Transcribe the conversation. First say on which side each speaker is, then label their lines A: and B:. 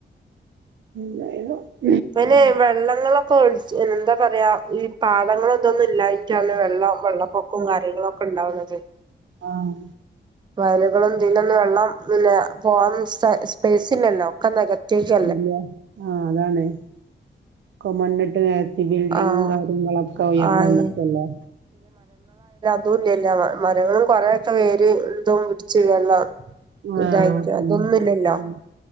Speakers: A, on the right; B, on the right.
A: <unintelligible>
B: പിന്നെ വെള്ളങ്ങളൊക്കെ ഒഴിച്ച് എന്താ പറയാ ഈ പാദങ്ങളതൊന്നും ഇല്ലായിരുന്നു ണ് വെള്ളാം വെള്ളപ്പൊക്കം കാര്യങ്ങളോക്കെ ണ്ടാവുന്നത്.
A: ആഹ്
B: വയലുകളും തിന്നുന്ന വെള്ളം പിന്നെ പോവാൻ സ സ്പേസ് ഇല്ലല്ലോ. ക്കെ നികത്തിയില്ലേ.
A: ഇല്ല. ആഹ്‌ അതാണ്. ഒക്കെ മണ്ണിട്ട് നിരതി ഈ ബിൽഡിങ്ങും
B: ആഹ്
A: കാര്യങ്ങളൊക്കെ ഉയർന്നന്നക്കുവല്ലേ.
B: ആയി ന്നുല്ലായില്ലോ മരങ്ങളും കൊറെ ഇപ്പാ വേര് എന്തോം പിടിച്ച് വെള്ളം.
A: ആഹ്
B: ഇതായിരിക്കാ
A: പിന്നെ
B: അതൊന്നുല്ലല്ലോ.
A: ഉം